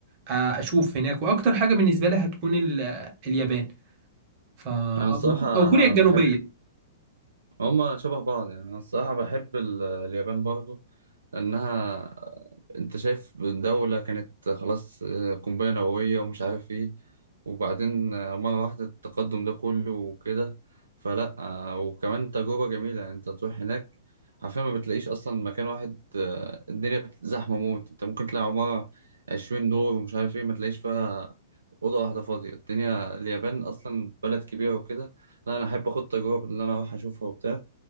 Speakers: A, on the right (about 40°); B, on the right (about 75°).
A: آه، اشوف هناك واكتر حاجة بالنسبة لي هتكون ال- اليابان ف... او
B: انا الصراحه
A: أو كوريا الجنوبية
B: بحب هما شبه بعض يعني أنا الصراحة بحب ال- اليابان برضو لأنها أنت شايف دولة كانت خلاص آه، قنبلة نووية ومش عارف إيه وبعدين آه، مرة واحدة التقدم ده كله وكده فلأ آه، وكمان تجربة جميلة يعني أنت تروح هناك حرفيا ما بتلاقيش أصلا مكان واحد آه، الدنيا بت- زحمة موت أنت ممكن تلاقي عمارة عشرين دور ومش عارف إيه ما تلاقيش فيها أوضة واحدة فاضية الدنيا اليابان أصلا بلد كبيرة وكده لا أنا أحب أخد تجربة إن أنا أروح أشوفها وبتاع